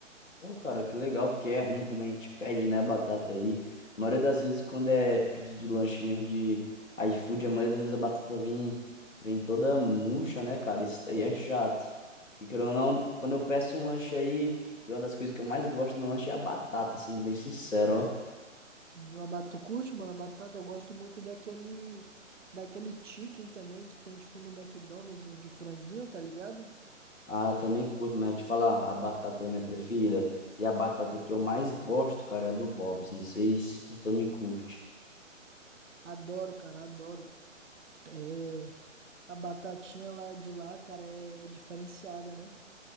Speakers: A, on the left (about 75°); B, on the right (about 65°).
A: Pô, cara, que legal, porque é ruim quando a gente pede, né, batata aí. A maioria das vezes, quando é pedido de lanche mesmo de iFood, a maioria das vezes a batata vem, vem toda murcha, né, cara? Isso aí é chato. Que querendo ou não, quando eu peço um lanche aí, e uma das coisas que eu mais gosto no lanche é a batata, sendo bem sincero, ó.
B: E Uma batata, tu curte, mano, a batata, eu gosto muito daquele daquele chicken também que tem tipo no McDonald's, o de franguinho, tá ligado?
A: Ah, também curto, mas te falar, a batata é minha preferida. E a batata que eu mais gosto, cara, é a do Bob's. Não sei se tu também curte.
B: Adoro, cara, adoro. É, a batatinha lá de lá, cara, é é diferenciada, né?